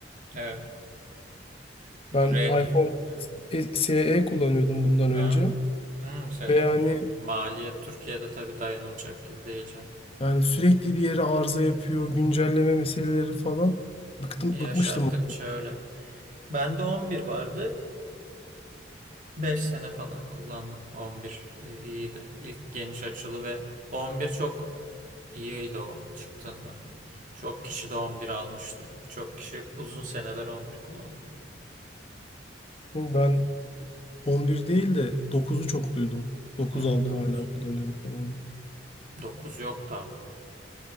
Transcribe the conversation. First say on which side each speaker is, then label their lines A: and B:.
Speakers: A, on the right (about 45°); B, on the left (about 30°).
A: evet. Bu
B: Ben
A: Redim
B: iPhone
A: evet.
B: e- SE kullanıyordum bundan
A: Aha.
B: önce
A: Hmm, şey
B: ve yani
A: kullanıyor. Maliyet Türkiye'de tabii dayanılacak gibi değil
B: yani sürekli bir yere arıza
A: canım.
B: yapıyor, güncelleme meseleleri falan. Bıktım,
A: Yaşarttıkça
B: bıkmıştım.
A: öyle. Bende 11 vardı. beş sene falan kullandım. 11 e, iyiydi. İlk geniş açılı ve 11 çok iyiydi o çıktığında. Çok kişi de 11 almıştı. Birçok kişi uzun seneler 11 kullandı.
B: Ben 11 değil de 9'u çok duydum. 9
A: Hmm,
B: aldım
A: 9.
B: hala kullanıyorum falan.
A: 9 yoktu ama.